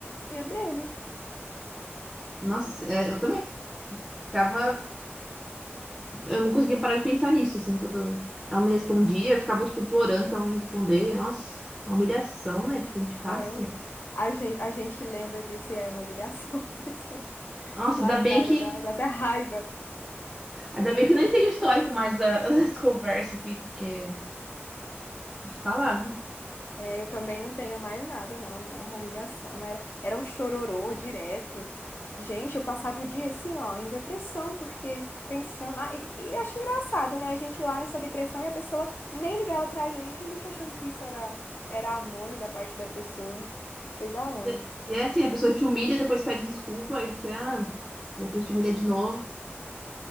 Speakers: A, on the left; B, in the centre.
A: dele.
B: Nossa, é, eu também ficava, eu não conseguia parar de pensar nisso, assim, quando ela me respondia, eu ficava, tipo, implorando pra ela me responder. Nossa, uma humilhação, né, que a gente passa.
A: Ai, eu, a gente, a gente lembra disso e é uma humilhação <laughs> mesmo.
B: Nossa,
A: Ai,
B: ainda bem
A: cara,
B: que,
A: dá, dá até raiva.
B: ainda bem que eu nem tem histórico mais da, <laughs> das conversas aqui, porque, te falar,
A: É, eu também não tenho mais nada, não. Não, uma humilhação. Era, era um chororô direto. Gente, eu passava o dia assim, ó, em depressão, porque pensando. Ah, e, e acho engraçado, né? A gente lá nessa depressão e a pessoa nem ligava pra gente, a gente achando que isso era, era amor da parte da pessoa. Não sei da onde.
B: É, e é assim, a pessoa te humilha, depois pede desculpa, aí você, ah, depois te humilha de novo.